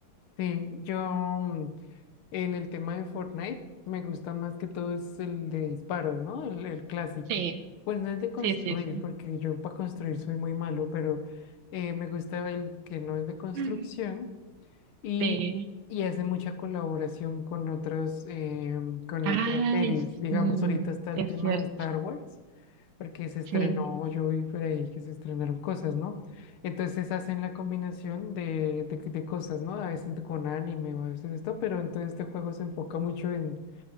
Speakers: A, on the left (about 90°); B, on the right (about 70°).
A: Sí, yo mm, en el tema de Fortnite me gusta más que todo es el de disparos, ¿no? El, el clásico.
B: Sí,
A: Pues no es de construir,
B: sí, sí, sí.
A: porque yo para construir soy muy malo, pero eh, me gusta el que no es de construcción
B: <gasps>
A: y,
B: Sí.
A: y hace mucha colaboración con otras, eh, con
B: Ay,
A: otras series.
B: sí,
A: Digamos, ahorita está
B: sí
A: el
B: es
A: tema
B: cierto.
A: de Star Wars porque se estrenó,
B: Sí,
A: yo vi por ahí que se estrenaron cosas, ¿no? Entonces hacen la combinación de, de- de cosas, ¿no? A veces con anime o a veces esto, pero entonces este juego se enfoca mucho en,